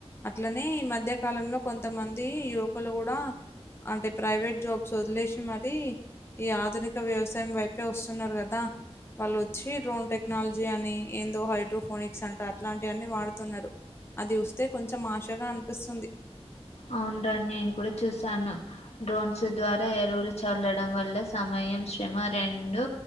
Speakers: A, on the left; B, on the left.
A: అట్లనే ఈ మధ్య కాలంలో కొంతమంది యువకులు కూడా అంటే ప్రైవేట్ జాబ్స్ వదిలేసి మరి ఈ ఆధునిక వ్యవసాయం వైపే వస్తున్నారు కదా వాళ్ళు వచ్చి డ్రోన్ టెక్నాలజీ అని ఏందో హైడ్రోఫోనిక్స్ అంట అట్లాంటి అన్ని వాడుతున్నారు అది వస్తే కొంచెం ఆశాగా అనిపిస్తుంది
B: అవును రా నేను కూడా చూసాను డ్రోన్స్ ద్వారా ఎరువులు చల్లడం వల్ల సమ మయం శ్రమ రెండూ